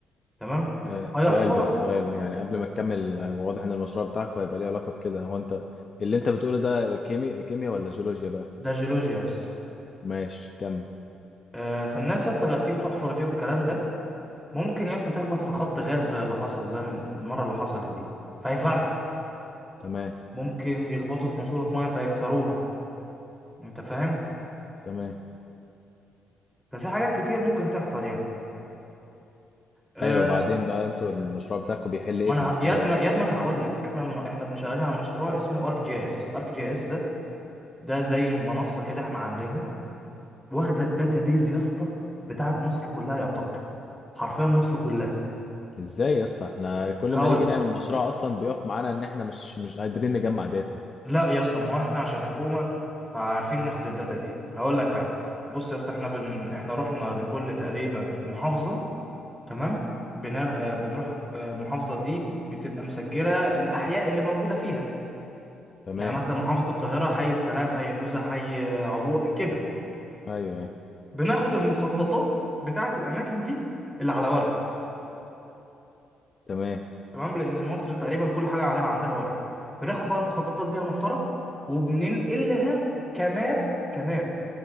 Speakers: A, in the centre; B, on the left.
A: تمام
B: آه
A: هيحفروا
B: سؤال بس سؤال يعني قبل ما تكمل هو واضح ان المشروع بتاعك هيبقى ليه علاقه بكده هو انت اللي انت بتقوله ده كيمي كيمياء ولا جيولوجيا بقى
A: ده جيولوجيا يا اسطى
B: ماشي كمل
A: آه، فالناس يا اسطى اللي بتيجي تحفر دي والكلام ده ممكن يا اسطى تخبط في خط غاز زي اللي حصل زي المره اللي حصلت دي فيفرقع
B: تمام
A: ممكن يخبطوا في ماسوره ميه فيكسروها انت فاهم
B: تمام
A: ففي حاجات كتير ممكن تحصل يعني آه،
B: ايوه بعدين بقى انتوا المشروع بتاعكم بيحل ايه
A: ما انا
B: في الكلام
A: ه- ياد ما
B: ده
A: ياد ما انا هقول لك احنا م... احنا بنشغلين على مشروع اسمه ارك جي اس ارك جي اس ده ده زي منصه كده احنا عاملينها واخده الداتابيز يا اسطى بتاعت مصر كلها يعتبر حرفيا مصر كلها
B: ازاي يا اسطى احنا كل
A: هقول
B: ما نيجي
A: لك
B: نعمل مشروع اصلا بيقف معانا ان احنا مش مش قادرين نجمع داتا
A: لا يا اسطى ما هو احنا عشان حكومه فعارفين ناخد الداتا دي هقول لك فعلا بص يا اسطى احنا بن... احنا رحنا لكل تقريبا محافظه تمام بنا... آه، بنروح آه، المحافظه دي بتبقى مسجله الاحياء اللي موجوده فيها
B: تمام
A: يعني مثلا محافظة القاهرة حي السلام حي النزهة حي عبور كده
B: ايوه ايوه
A: بناخد المخططات بتاعة الأماكن دي اللي على ورق
B: تمام
A: تمام لأن مصر تقريبا كل حاجة عليها عندها ورق بناخد بقى المخططات دي يا محترم وبننقلها كماب كماب